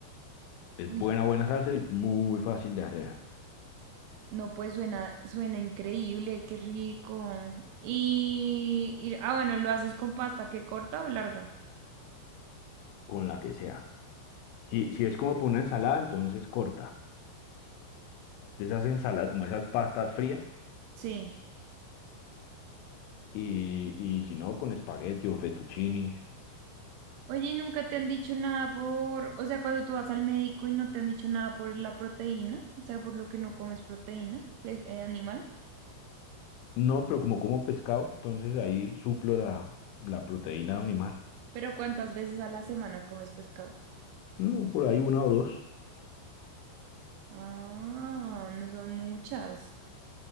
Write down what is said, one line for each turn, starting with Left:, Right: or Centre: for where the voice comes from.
Left: Es
Right: Uy,
Left: buena, buena salsa y muy fácil de hacer,
Right: no, pues suena, suena increíble, qué rico. Y, y- ah, bueno, ¿lo haces con pasta que corta o larga?
Left: con la que sea. Si, si es como para una ensalada, entonces corta. De esas ensaladas, como esas pastas frías,
Right: Sí.
Left: y, y si no, con espagueti o fettuccini.
Right: Oye, ¿y nunca te han dicho nada por, o sea, cuando tú vas al médico y no te han dicho nada por la proteína, o sea, por lo que no comes proteína ve- eh, animal,
Left: No, pero como como pescado, entonces ahí suplo la, la proteína animal.
Right: pero ¿cuántas veces a la semana comes pescado?
Left: No, por ahí una o dos.
Right: Ah, no son muchas.